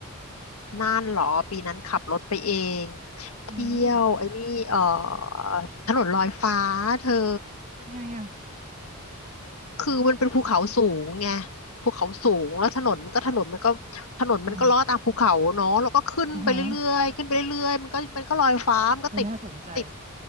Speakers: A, on the left; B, on the right.
A: น่านเหรอ ปีนั้นขับรถไปเอง เที่ยวไอ้นี่เออ
B: อืม
A: ถนนลอยฟ้าเธอ
B: เป็นไงอ่ะ
A: คือมันเป็นภูเขาสูงไงภูเขาสูงแล้วถนนมันก็ถนนมันก็ถนนมันก็ลอดตามภูเขาเนาะแล้วก็ขึ้นไปเรื่อยๆขึ้นไปเรื่อยๆมันก็มันก็ลอยฟ้ามันก็ติดติด
B: อ๋ออ่าฮะเออน่าสนใจ